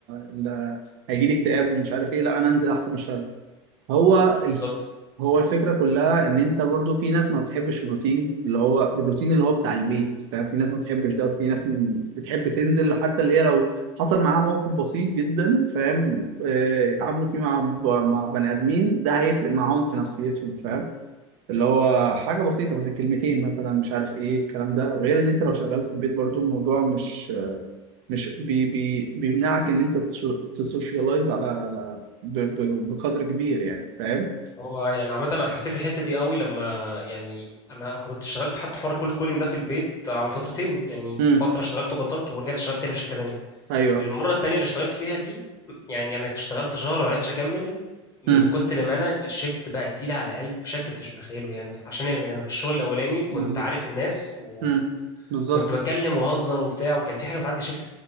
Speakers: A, on the right; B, on the left.
A: اللي هيجي لي اكتئاب ومش عارف ايه لا انا انزل احسن اشتغل هو
B: بالظبط
A: الف... هو الفكرة كلها ان انت برضو في ناس ما بتحبش الروتين اللي هو الروتين اللي هو بتاع البيت فاهم في ناس ما بتحبش ده وفي ناس م- بتحب تنزل حتى اللي هي لو حصل معاها موقف بسيط جدا فاهم آه، اتعاملوا فيه مع ب... مع بني ادمين ده هيفرق معاهم في نفسيتهم فاهم اللي هو حاجة بسيطة مثلا كلمتين مثلا مش عارف ايه الكلام ده غير ان انت لو شغال في البيت برضو الموضوع مش مش بي... بي... بيمنعك ان انت تش- تسوشيالايز على ب... ب... بقدر كبير يعني فاهم
B: هو يعني عامه انا حسيت بالحته دي قوي لما يعني انا كنت اشتغلت حتى حوار كولد كولين ده في البيت على فترتين يعني
A: امم
B: فتره اشتغلت وبطلت ورجعت اشتغلت تاني في شركه تانيه
A: ايوه
B: المره التانيه اللي اشتغلت فيها دي يعني انا اشتغلت شهر ومعرفتش اكمل من
A: امم
B: كتر ما انا الشيفت بقى تقيل على قلبي بشكل انت مش متخيله يعني عشان يعني انا في الشغل الاولاني كنت
A: بالظبط
B: عارف الناس وكنت
A: امم بالظبط
B: بتكلم وهزر وبتاع وكان في حاجه بتعدي الشيفت